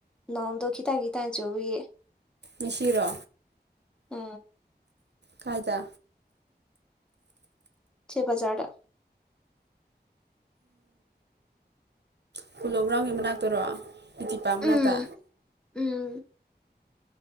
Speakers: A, in the centre; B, on the right.
A: ꯅꯣꯡꯗꯣ ꯈꯤꯇꯪ ꯈꯤꯇꯪ ꯆꯨꯏꯌꯦ
B: ꯃꯤꯁꯤꯔꯣ
A: ꯎ
B: ꯀꯥꯏꯗ
A: ꯁꯦꯕꯖꯥꯔ
B: ꯎꯝ ꯄꯨꯂꯣ ꯒ꯭ꯔꯥꯎꯟꯒꯤ ꯃꯅꯥꯛꯇꯔꯣ ꯄꯗꯤ ꯄ ꯑꯃꯨꯅꯥꯇꯥ
A: ꯎꯝ ꯎꯝ